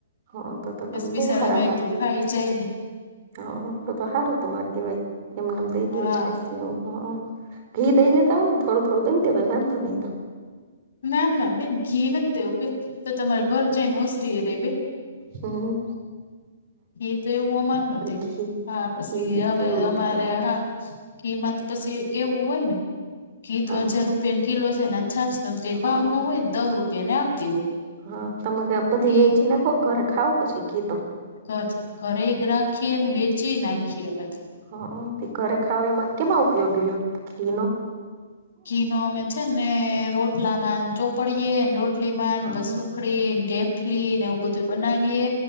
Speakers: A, on the right (about 30°); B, on the left (about 60°).
A: હ તો તો
B: બસ
A: તમે
B: બિસાાળમાં
A: બહુ હારા લાગ
B: દું ખાઈ જાયને.
A: હા તો સારું તમારે કેવાય એમનેમ દઈ
B: હા
A: દયો છે ને એવુ હ ઘી દઈ દેતા હોય, ને થોડુ થોડુ બઈ દેવા ભય વાંધો નહી, તો
B: નામ નામ બે ઘી નથી જ દેવું બે તો તમારે ઘર જઈને ઓસરીય રે બે
A: હમ્મ
B: એ તો એવું અમાર નથી
A: ઘી
B: હા, પછી
A: ઘી દૂધ
B: હવે
A: એવું
B: અમારે
A: થાય
B: હા ઘીમાં તો પછી એવું હોય, ને ઘી
A: હા
B: તો હજાર રૂપિયાની કિલો છેને. છાસ નો ક
A: હા
B: ભાવ નો હોય, ને દહ રૂપિયા ને આવતી હોય.
A: હા તમે બધી
B: તે
A: વેચી નાખો ઘરે ખાવું પછી ગીતો.
B: તો ઘરે જ રાખીએને વેચી નાખીએ અમે તો
A: હ તે ઘરે ખાવ એમાં કેમાં ઉપયોગ લ્યો ઘી નો
B: ઘી ન અમે છેને, રોટલામાં ચોપડીએેને રોટલીમાં
A: હા
B: પ કડીને ફલી ને એવું બધું બનાવીએ